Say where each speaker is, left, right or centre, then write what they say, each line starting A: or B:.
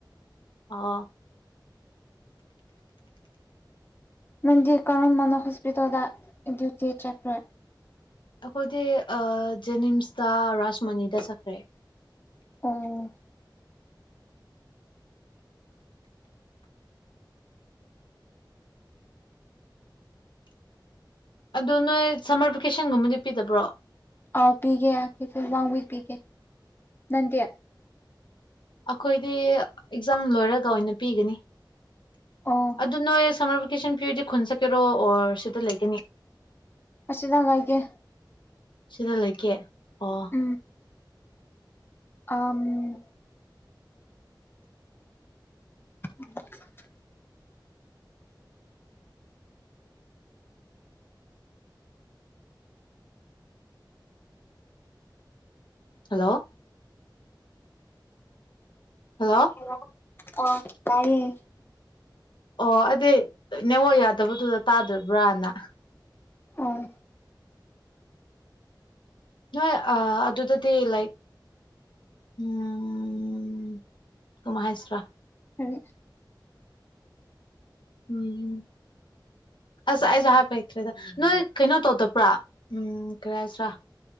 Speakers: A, on the left; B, on the left.
A: ꯑꯣ
B: ꯅꯪꯗꯤ ꯀꯔꯝꯕꯅꯣ ꯍꯣꯁꯄꯤꯇꯥꯜꯗ ꯗ꯭ꯌꯨꯇꯤ ꯆꯠꯈ꯭ꯔꯣꯏ
A: ꯑꯩꯈꯣꯏꯗꯤ ꯖꯦꯅꯤꯝꯁꯇ ꯔꯥꯥꯁꯃꯅꯤꯗ ꯆꯠꯈ꯭ꯔꯦ
B: ꯎꯝ
A: ꯑꯗꯣ ꯅꯣꯏ ꯁꯝꯃꯔ ꯚꯦꯀꯦꯁꯟꯒꯨꯝꯕꯗꯤ ꯄꯤꯗꯕ꯭ꯔꯣ
B: ꯑꯥꯎ ꯄꯤꯒꯦ ꯑꯩꯈꯣꯏꯁꯨꯦ ꯋꯥꯡꯋꯤ ꯄꯤꯒꯦ ꯅꯟꯗꯦ
A: ꯑꯩꯈꯣꯏꯗꯤ ꯑꯦꯛꯖꯥꯝ ꯂꯣꯏꯔꯒ ꯑꯣꯏꯅ ꯄꯤꯒꯅꯤ
B: ꯑꯣ
A: ꯑꯗꯨ ꯅꯣꯏ ꯁꯝꯃꯔ ꯀꯦꯁꯟ ꯄꯤꯌꯔꯗꯤ ꯈꯨꯟ ꯆꯠꯀꯦꯔꯣ ꯑꯣꯔ ꯁꯤꯗ ꯂꯩꯒꯅꯤ
B: ꯑꯁꯤꯗ ꯉꯥꯏꯒꯦ
A: ꯁꯤꯗ ꯂꯩꯀꯦ ꯑꯣ
B: ꯎꯝ ꯑꯝ <unintelligible>
A: ꯍꯜꯂꯣ ꯍꯜꯂꯣ
B: ꯑꯣ ꯍꯂꯣ ꯑ ꯇꯥꯏꯌꯦ
A: ꯑꯣ ꯑꯗꯨꯗꯤ ꯅꯦꯠꯋꯥꯛ ꯌꯥꯗꯕꯗꯨꯗ ꯇꯥꯗꯕ꯭ꯔꯥꯅ
B: ꯑꯣ
A: ꯅꯣꯏ ꯑ ꯑꯗꯨꯗꯗꯤ ꯂꯥꯏꯛ ꯎꯝ ꯀꯃꯥꯏ ꯍꯦꯁ꯭ꯔꯥ
B: ꯎꯝ
A: ꯎꯝ ꯑꯁ ꯑꯩꯁꯦ ꯍꯥꯏꯄ ꯍꯇ꯭ꯔꯦꯗ ꯅꯣꯏ ꯀꯩꯅꯣ ꯇꯧꯗꯕ꯭ꯔꯥ ꯎꯝ ꯀꯔꯤ ꯍꯥꯏꯁꯤꯔꯥ